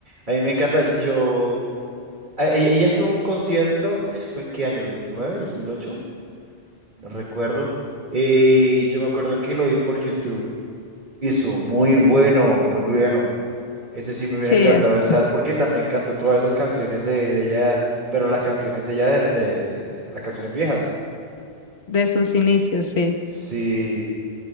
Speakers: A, on the right; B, on the left.
A: a mí me encanta. Yo, a- e- ella, estuvo en un concierto, ¿eso fue en qué año? Dos dos mil nueve, ¿dos mil ocho. No recuerdo. Y yo me acuerdo que lo vi por YouTube. Eso, muy bueno, muy bueno. Ese sí me hubiera
B: Sí,
A: encantado
B: es que
A: estar porque también cantó todas esas canciones de, de ella, pero las canciones de ella, de, de- de- de las canciones viejas.
B: de sus inicios, sí.
A: Sí.